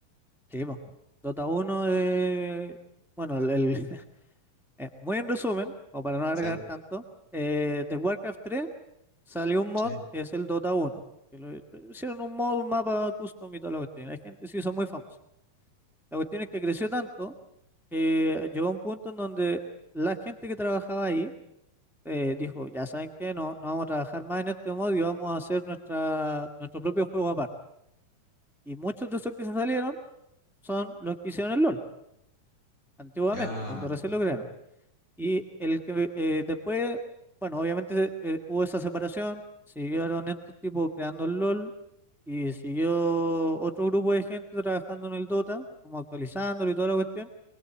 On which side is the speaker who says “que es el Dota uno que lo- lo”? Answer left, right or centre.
Centre